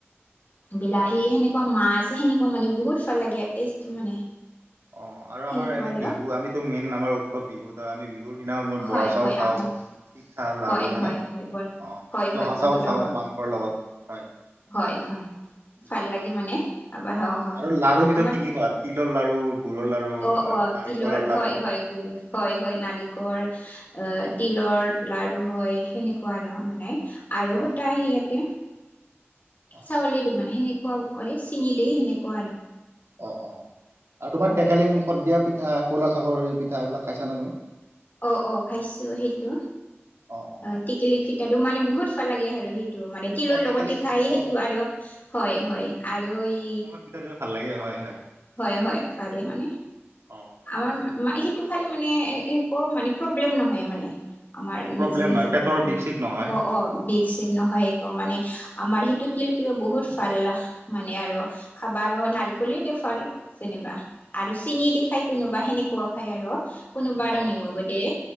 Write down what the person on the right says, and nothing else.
অ
অ আৰু
আমাৰ এনে
বিহু আমিতো মেইন আমাৰ উৎসৱ বিহু ত আমি বিহু দিদি আ
বৰা চাউল
খাওঁ
পিঠা লাৰু
হয়নে
অঁ
জহা
চাউল খাওঁ
মাংসৰ লগত হয়
জলপান
অ',
আৰু লাৰুৰ ভিতৰত
কি-কি খোৱা তিলৰ লাৰু। গুৰৰ লাৰু তাৰপিছত
নাৰিকলৰ
লাৰু।
অ
অ
অ
অ', অ', আৰু তোমাৰ
টেকেলি মুখত দিয়া পিঠা খোলা চাপৰি পিঠা এইবিলাক খাইছা নে তুমি?
অ', অ'
অ টেকেলি
অ
<unintelligible> ভাল লাগে হয়-হয়।
অ'।
অ প্ৰব্লেম
নহয় পেটৰ
বিষ চিক নহয়
অ